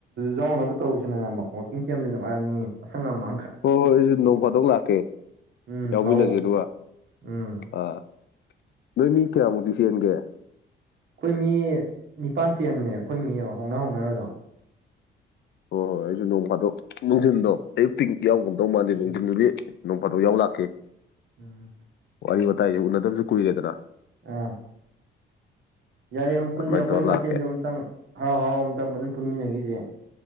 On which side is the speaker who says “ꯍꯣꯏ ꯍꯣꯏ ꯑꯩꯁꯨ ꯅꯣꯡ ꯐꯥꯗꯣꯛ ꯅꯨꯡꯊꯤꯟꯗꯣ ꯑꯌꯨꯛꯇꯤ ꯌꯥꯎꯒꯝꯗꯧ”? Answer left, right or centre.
Left